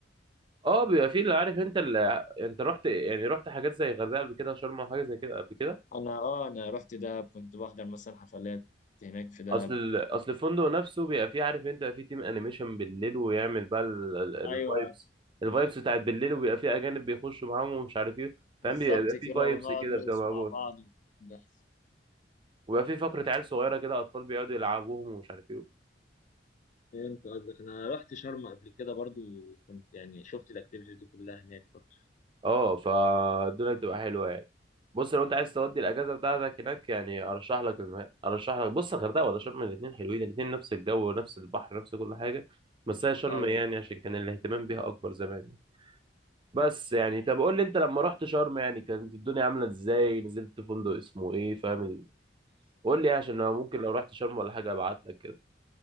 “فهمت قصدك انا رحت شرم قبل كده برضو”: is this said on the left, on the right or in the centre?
Left